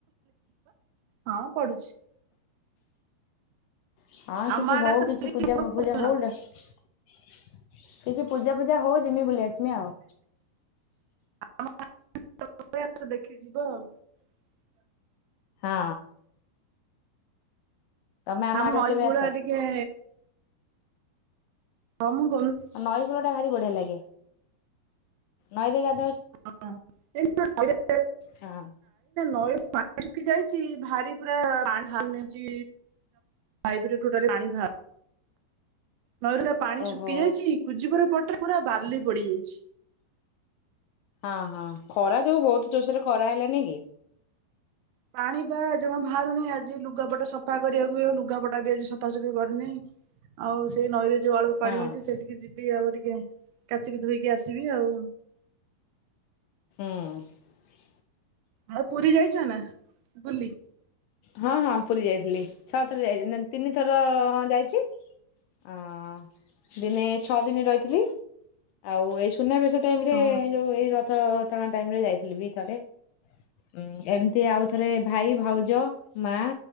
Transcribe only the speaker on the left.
ହଁ
କିଛି
ହଉ
କିଛି ପୂଜା ପୂଜା
ହଉଟ କିଛି ପୂଜା ଫୂଜା ହଉ ଯିମି ବୁଲି ଆସମି ଆଉ।
ହଁ। ତମେ
ଆଡେ
କେବେ
ଆସ
ଉ ନଈ କୂଳ ଟା ଭାରି ବଢିଆ ଲାଗେ ନଈରେ ଗାଧେ
ହଁ।
ଓହୋ।
ହ ହଁ ଖରା ଯୋଉ ବହୁତ ଜୋରସୋରେ ଖରା ହେଲାନି କି?
ହଁ
ହୁଁ।
ହଁ ହଁ ପୁରୀ ଯାଇଥିଲି ଛଅ ଥର ଯାଇ ତିନି ଥର ହଁ ଯାଇଚି। ଅ ଦିନେ ଛଅ ଦିନ ରହିଥିଲି । ଆଉ ଏଇ ସୁନାବେଶ ଟାଇମ ରେ
ଯୋଉ ଏଇ ରଥ ଟଣା ଟାଇମରେ ଯାଇଥିଲି ବି ଥରେ । ହଁ ଏମିତି ଆଉ ଥରେ ଭାଇ ଭାଉଜ ମା